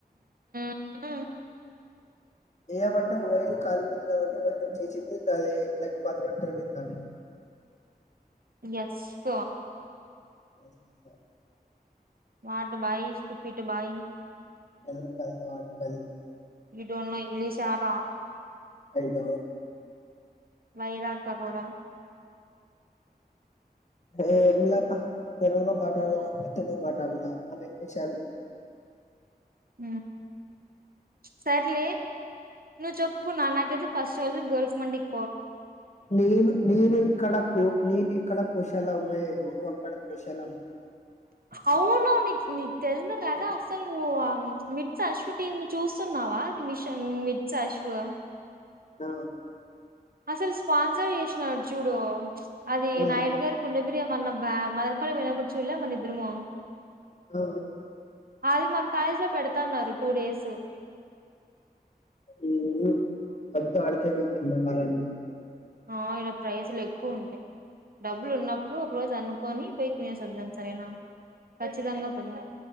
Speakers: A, on the right; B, on the left.
A: హూ
B: ఏయమంటే ఓయల్ కాలిపోయింది. కాబట్టి ఓయల్ చేసింది అది ఇట్లాకి బదమంట వెళ్ళంది దాన్ని
A: ఎస్ ప
B: అస్త
A: మాట్ బాయి స్టుపిట్ బాయి
B: ఎవరు కలిన్ వాళ్ళు కాలిన్
A: ఇ తో ఉన్న ఇంగ్లీష్ ఆరా
B: అయిదోబ
A: వైరా కర్రోడా
B: ఏంలా బా తెలుగులో మాట్లాడాలా కాబట్టి తెలుగు మాట్లాడిన మళ్ళ ఇంగ్లీష్ యనికి
A: హు సర్లే నువ్వు చెప్పు నాన్న కైతే ఫస్ట్ రోజు మండిద్
B: నేను నేను ఇక్కడ నేను ఇక్కడ కుశలమేను అక్కడ కుషలమ్
A: అవును నీకు నీకు తెల్ద్ కదా. అసలు నువ్వు మిట్స్ అశ్వ టీమ్ చూస్తున్నావా. అది మిష మిర్స్ అశ్వ
B: ఆ
A: అసలు స్పాన్సర్ చేసినడు చూడు అది
B: ఆ
A: నాయుడు గారు కుండ బిరియా మన్న మదనపల్లి పోయినపుడు చుల్లా మనిద్దరమూ
B: ఆ
A: అది మన కాలేజీ లో పెడతాన్నారు టూ డేస్
B: ఉమ్ హు అంత అడికే బతేమ్ మా కాలంటే
A: ఆ ఇడ ప్రైజ్ లు ఎక్కువ ఉంటయ్. డబ్బులు ఉన్నప్పుడు ఒక రోజు అను కొని పోయి తినేసి వద్దాం సరేనా ఖచ్చితంగా పదం